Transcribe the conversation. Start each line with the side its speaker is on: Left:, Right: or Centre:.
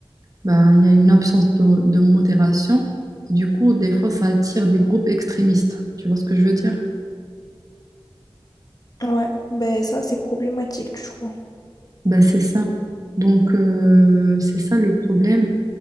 Right: bah, il y a une absence de, de modération. Du coup, des fois, ça attire des groupes extrémistes. Tu vois ce que je veux dire?
Left: Ouais, ben ça c'est problématique, je trouve.
Right: Bah, c'est ça. Donc, euh, c'est ça le problème.